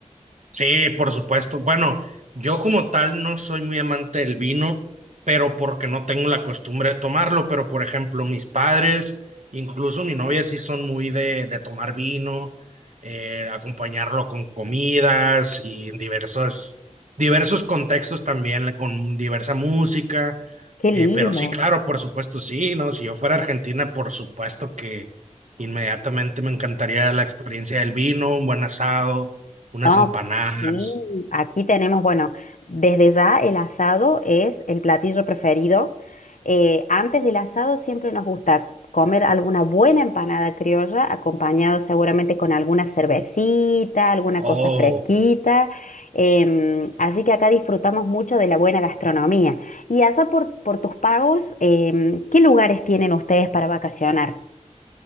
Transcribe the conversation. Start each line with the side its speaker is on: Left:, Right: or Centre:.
Right: Sí, por supuesto. Bueno, yo como tal no soy muy amante del vino, pero porque no tengo la costumbre de tomarlo, pero por ejemplo mis padres, incluso mi novia sí son muy de, de tomar vino, eh, acompañarlo con comidas y en diversos, diversos contextos también, con diversa música.
Left: Qué
Right: Eh,
Left: lindo.
Right: pero sí, claro, por supuesto, sí, ¿no? Si yo fuera a Argentina, por supuesto que inmediatamente me encantaría la experiencia del vino, un buen asado unas
Left: Ah,
Right: empanadas.
Left: sí, aquí tenemos, bueno, desde ya el asado es el platillo preferido. Eh, antes del asado siempre nos gusta comer alguna buena empanada criolla, acompañado seguramente con alguna cervecita, alguna
Right: Oh,
Left: cosa fresquita. Em, así que acá disfrutamos mucho de la buena gastronomía. Y allá por, por tus pagos, em, ¿qué lugares tienen ustedes para vacacionar?